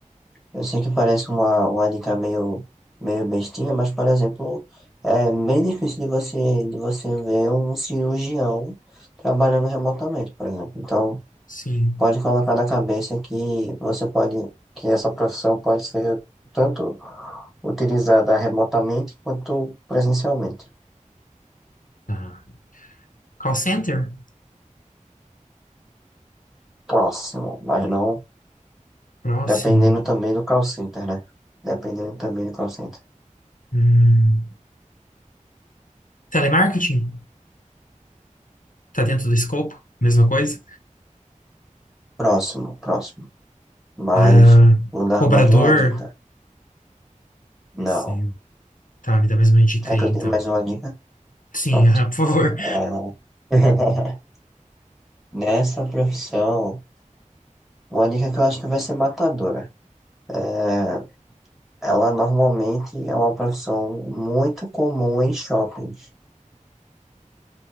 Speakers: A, in the centre; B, on the left (about 80°).
A: Eu sei que parece uma, uma dica meio, meio bestinha, mas, por exemplo, é bem difícil de você, de você ver um cirurgião trabalhando remotamente, por exemplo. Então,
B: Sim.
A: pode colocar na cabeça que você pode, que essa profissão pode ser tanto utilizada remotamente quanto presencialmente.
B: Tá. Call center?
A: próximo, mas não
B: Próximo.
A: dependendo também do call center, né? Dependendo também do call center.
B: Hum, telemarketing? Tá dentro do escopo? Mesma coisa?
A: Próximo, próximo. Mas
B: Ah,
A: vou dar
B: cobrador.
A: mais uma dica. Não.
B: Sim. Tá, me dá mais uma dica
A: Quer
B: aí,
A: que eu
B: então.
A: dê mais uma dica?
B: Sim,
A: Pronto.
B: <laughs> ah, por favor.
A: É... <laughs> Nessa profissão, uma dica que eu acho que vai ser matadora. É... Ela normalmente é uma profissão muito comum em shoppings.